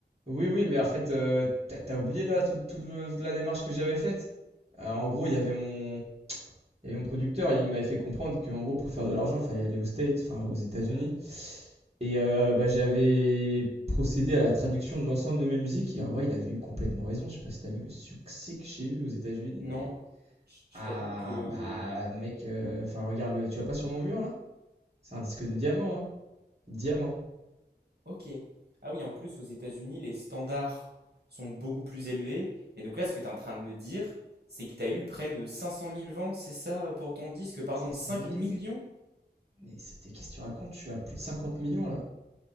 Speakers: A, on the right; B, on the right.
A: Oui, oui, mais en fait, euh, t'as, t'as oublié là tout- tout le- toute la démarche que j'avais faite. Euh, en gros, il y avait mon, il y avait mon producteur, il m'avait fait comprendre qu'en gros, pour faire de l'argent, il fallait aller aux States, enfin aux États-Unis. Et euh, bah, j'avais procédé à la traduction de l'ensemble de mes musiques. Et en vrai, il avait eu complètement raison. Je sais pas si t'as vu le succès que j'ai eu aux États-Unis,
B: Non,
A: mais
B: je je
A: ah
B: t'avoue que...
A: bah mec, euh, enfin regarde, le... tu vas pas sur mon mur là? C'est un disque de diamant, hein? Diamant.
B: Ok. Ah oui, en plus, aux États-Unis, les standards sont beaucoup plus élevés. Et donc là, ce que tu es en train de me dire, c'est que tu as eu près de cinq cent mille ventes, c'est ça, pour ton disque? Pardon,
A: cinq cent
B: 5
A: mille
B: millions?
A: Mais c'était qu'est-ce que tu racontes? Tu as plus de 50 millions là.